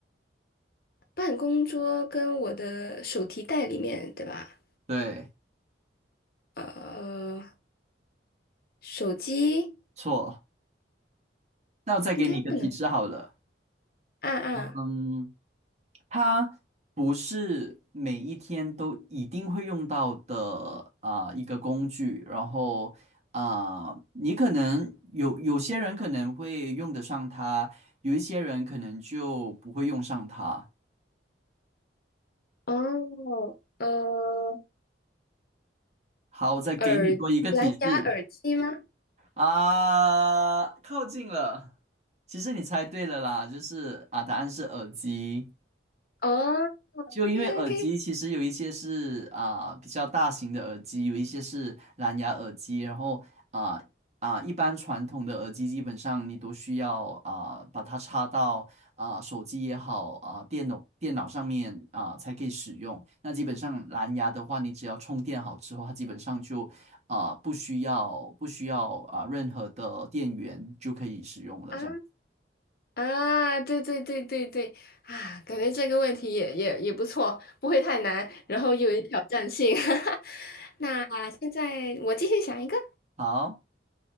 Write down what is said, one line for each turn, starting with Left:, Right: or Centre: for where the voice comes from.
Left: 办公桌跟我的手提袋里面，对吧？
Right: 对，
Left: 呃，手机
Right: 错。那我再给你一个提示好了。
Left: 应该不能按按。啊
Right: 嗯，它不是每一天都一定会用到的啊、一个工具，然后啊、你可能有有些人可能会用得上它，有一些人可能就不会用上它。
Left: 哦，呃，
Right: 好，我再给你多一个提示
Left: 耳蓝牙耳机吗？
Right: 啊、靠近了。其实你猜对了啦，就是啊，答案是耳机。
Left: 哦，OK
Right: 就因为耳机其实有一些是啊、
Left: OK，
Right: 比较大型的耳机，有一些是蓝牙耳机，然后啊啊、一般传统的耳机基本上你都需要啊、把它插到啊、手机也好啊、电脑电脑上面啊、才可以使用。那基本上蓝牙的话，你只要充电好之后，它基本上就啊、不需要不需要啊、任何的电源就可以使用了。
Left: 啊
Right: 这样
Left: 啊，对对对对对啊，感觉这个问题也也也不错，不会太难，然后又有挑战性。<laughs> 那现在我继续想一个，
Right: 好。